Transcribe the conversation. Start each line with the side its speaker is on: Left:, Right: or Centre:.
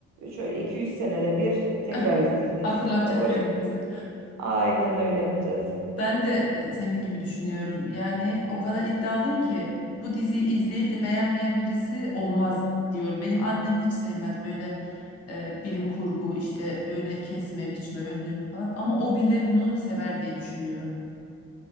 Right: Şöyle iki üç senede bir tekrar
Left: <laughs>
Right: izleyeceğiz.
Left: Hatırlatacağız
Right: E, O
Left: kendimizi.
Right: şekilde. Aynen öyle yapacağız.
Left: Ben de senin gibi düşünüyorum. Yani o kadar iddialıyım ki bu diziyi izleyip de beğenmeyen birisi olmaz diyorum. Benim annem hiç sevmez böyle e, bilim kurgu işte öyle kesme, biçme, öldürme falan ama o bile bunu sever diye düşünüyorum.